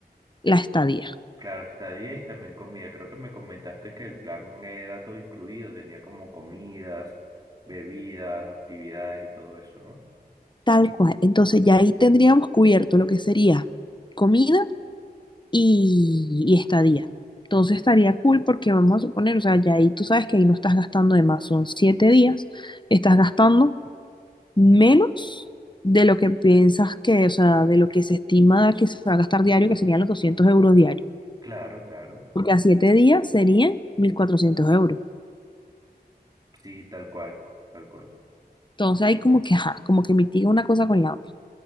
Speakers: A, on the left (about 30°); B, on the right (about 25°).
A: la estadía.
B: Claro, estadía y también comida. Creo que me comentaste que el plan era todo incluido, tenía como comidas, bebidas, actividades y todo eso, ¿no?
A: Tal cual. Entonces, ya ahí tendríamos cubierto lo que sería comida y, y estadía. Entonces estaría cool porque vamos a suponer, o sea, ya ahí tú sabes que ahí no estás gastando de más, son siete días, estás gastando menos de lo que piensas que, o sea, de lo que se estima que se va a gastar diario, que serían los 200 euros diarios,
B: Claro, claro.
A: porque a siete días serían 1.400 euros.
B: Sí, tal cual, tal cual.
A: Entonces ahí como que, ajá, como que mitiga una cosa con la otra.